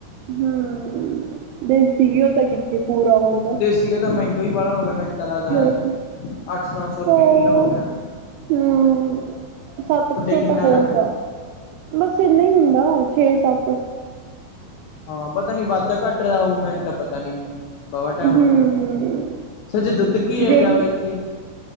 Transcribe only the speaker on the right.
ਹੂ, ਦੇਸੀ ਘਿਓ ਤਾਂ ਕਿੱਥੇ ਪੂਰਾ ਹੁੰਦਾ।
ਤੇ
ਹਾਂ
ਹੂੰ, ਸੱਤ ਕੁ ਸੌ
ਤਾਂ ਹੋਊਗਾ।
ਬਸ ਇੰਨਾ ਹੀ ਹੁੰਦਾ, ਉਹ ਛੇ, ਸੱਤ
ਹੂੰ
ਜਿਹੜੀ